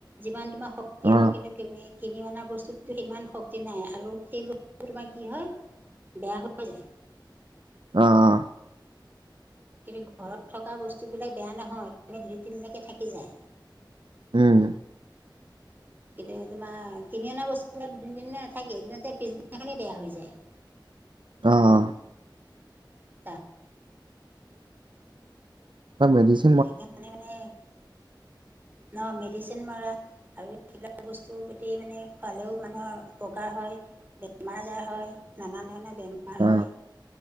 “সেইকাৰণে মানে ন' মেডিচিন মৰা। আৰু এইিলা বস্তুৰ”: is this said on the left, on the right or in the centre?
Right